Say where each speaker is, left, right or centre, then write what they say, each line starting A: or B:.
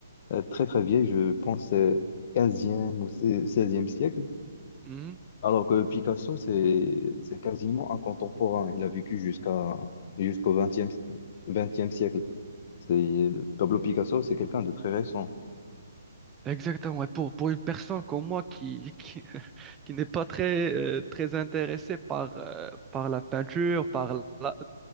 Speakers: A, on the left; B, on the right.
A: euh, très très vieille, je pense euh, 15 ou seizième siècle.
B: Mhm.
A: Alors que Picasso, c'est c'est quasiment un contemporain. Il a vécu jusqu'à jusqu'au vingtième vingtième siècle. C'est Pablo Picasso, c'est quelqu'un de très récent.
B: Exactement. Et pour, pour une personne comme moi qui, qui, <laughs> qui n'est pas très, euh, très intéressée par, euh, par la peinture, par la-